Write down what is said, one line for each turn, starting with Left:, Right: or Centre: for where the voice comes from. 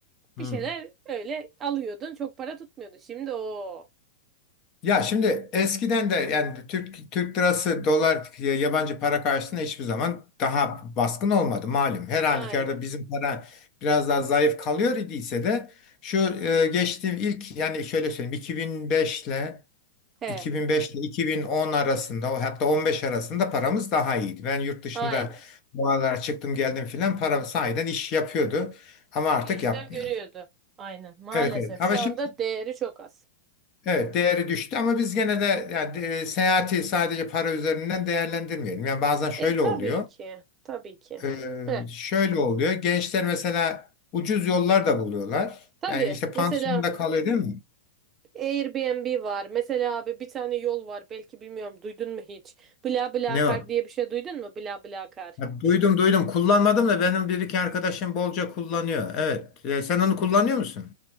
Left: hmm.
Right: Bir şeyler öyle alıyordun çok para tutmuyordu. Şimdi o.
Left: Ya şimdi eskiden de yani Türk Türk lirası dolar y- yabancı para karşısında hiçbir zaman daha baskın olmadı malum. Her halükarda
Right: Aynen.
Left: bizim para biraz daha zayıf kalıyor idiyse de şu e, geçtiğim ilk yani şöyle söyleyeyim 2005 ile
Right: He.
Left: 2005 ile 2010 arasında o hatta 15 arasında paramız daha iyiydi. Ben yurt dışında
Right: Aynen.
Left: bu aralar çıktım geldim filan para sahiden iş yapıyordu ama artık
Right: Bir işler
Left: yapmıyor.
Right: görüyordu. Aynen. Maalesef
Left: Evet evet ama
Right: şu
Left: şimdi
Right: anda değeri çok az.
Left: Evet değeri düştü ama biz gene de yani, e, seyahati sadece para üzerinden değerlendirmeyelim. Yani bazen şöyle
Right: E tabii
Left: oluyor.
Right: ki. Tabii ki.
Left: e,
Right: Heh,
Left: şöyle oluyor. Gençler mesela ucuz yollar da buluyorlar.
Right: tabii.
Left: Yani işte pansiyonda
Right: Mesela
Left: kalıyor değil mi?
Right: Airbnb var. Mesela abi bir tane yol var. Belki bilmiyorum duydun mu hiç? BlaBlaCar
Left: Ne o?
Right: diye bir şey duydun mu? BlaBlaCar.
Left: Ya duydum duydum. Kullanmadım da benim bir iki arkadaşım bolca kullanıyor. Evet. E, sen onu kullanıyor musun?